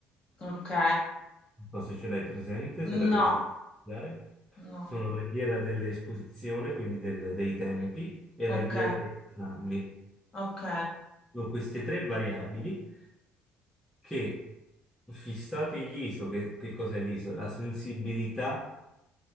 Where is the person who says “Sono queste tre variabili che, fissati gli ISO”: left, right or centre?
Centre